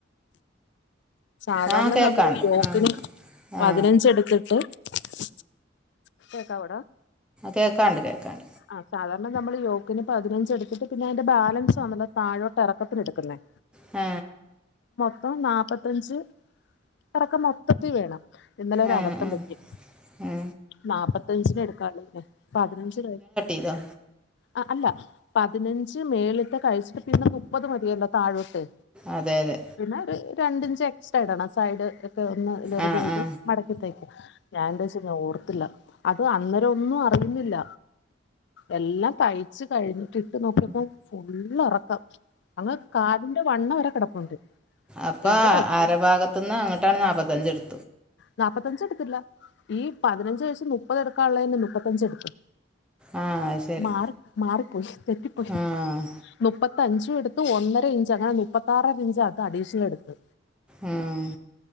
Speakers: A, on the left; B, in the centre.
A: സാധാരണ
B: ആ കേൾക്കാണ്ട്
A: നമ്മള് യോക്കിന്
B: ആ
A: പതിനഞ്ച്
B: ആ
A: എടുത്തിട്ട് <unintelligible>
B: കേക്കാണ്ട് കേക്കാണ്ട്
A: ആ സാധാരണ നമ്മള് യോക്കിന് പതിനഞ്ച് എടുത്തിട്ട് പിന്നതിന്റെ ബാലൻസ് ആണല്ലോ താഴോട്ടെറക്കത്തിനെടുക്കുന്നേ
B: ആ
A: അപ്പം നാപ്പത്തഞ്ച് ഇറക്കം മൊത്തത്തി വേണം ഇന്നലെ ഒരു
B: ആ ആ
A: അവദ്ധം
B: ആ
A: പറ്റി നാപ്പത്തഞ്ചിനെടുക്കാനൊള്ളതിനേ പതിനഞ്ച്
B: ഇതോ
A: അ അല്ല പതിനഞ്ച് മേളിത്തേ കഴിച്ചിട്ട് പിന്നെ മുപ്പത് മതിയല്ലോ താഴോട്ട്
B: അതെ അതെ
A: പിന്നെ ഒരു രണ്ടിഞ്ച് എക്സ്ട്രാ ഇടണം സൈഡ് ഒ ഒന്ന്
B: ആ
A: ഇതേ
B: ആ
A: <unintelligible> മടക്കി തയിക്കപ ഞാൻ തയിച്ചാർത്തില്ല അത് അന്നേരൊന്ന് അറിയുന്നില്ല എല്ലാം തയ്ച്ച് കഴിഞ്ഞിട്ടിട്ടു നോക്കിയപ്പോ ഫുളളിറളളിറക്കം അങ്ങ് കാലിന്റെ കണ്ണ വരെ കിടപ്പുണ്ട്.
B: അപ്പൊ
A: എന്താ പറ്റി
B: അര ഭാഗത്തുന്ന് അങ്ങോട്ടാണ് നാപ്പത്തഞ്ച് എടു
A: നാപ്പത്തഞ്ച് എടുത്തില്ല ഈ പതിനഞ്ചവയ മുപ്പതെടുക്കാനുള്ള മുപ്പത്തഞ്ച് എടുത്തു
B: ആഹ് അത് ശരി
A: മാറി മാറിപ്പോയി തെറ്റിപ്പോയി
B: ആഹ്
A: മുപ്പ ത്തഞ്ചു എടുത്തു ഒന്നര ഇഞ്ച് അങ്ങനെ മുപ്പത്താറര ഇഞ്ച്ട്ടോ അഡീഷ്ണലെടുത്തത്
B: ഉം